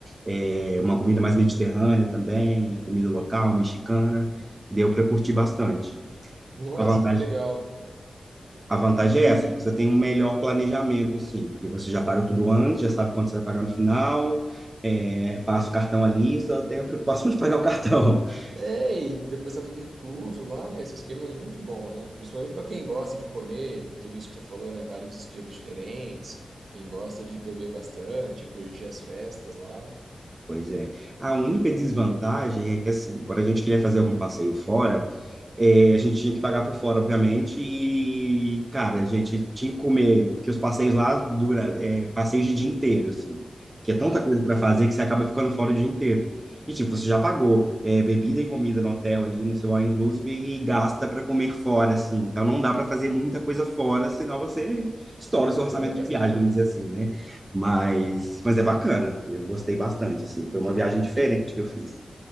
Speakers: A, on the right; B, on the right.
A: é, uma comida mais mediterrânea também, a comida local, mexicana, deu para curtir bastante.
B: Nossa,
A: A vantagem,
B: que legal.
A: a vantagem
B: e
A: é essa, que você tem um melhor planejamento, sim, porque você já pagou tudo antes, já sabe quanto você vai pagar no final, é, passa o cartão ali, só tem a preocupação de pagar o cartão. <laughs>
B: É, e depois tá tudo incluso lá, né? Esse esquema é muito bom, né? Principalmente para quem gosta de comer tudo isso que você falou, né? Vários estilos diferentes, quem gosta de beber bastante, curtir as festas lá,
A: Pois é. A única desvantagem é que, assim, quando a gente queria fazer algum passeio fora, É, a gente tinha que pagar por fora, obviamente, e, cara, a gente tinha que comer, porque os passeios lá dura, é, passeios de dia inteiro, assim, que é tanta
B: tá.
A: coisa para fazer que você acaba ficando fora o dia inteiro. E, tipo, você já pagou é, bebida e comida no hotel ali, no seu all inclusive, e gasta para comer fora, assim. Então, não dá para fazer muita coisa fora, senão você estoura o seu orçamento
B: Vai gastar
A: de viagem,
B: muito,
A: vamos dizer assim,
B: né?
A: né? Mas, mas é bacana, eu gostei bastante, assim. Foi uma viagem diferente
B: E,
A: que eu fiz.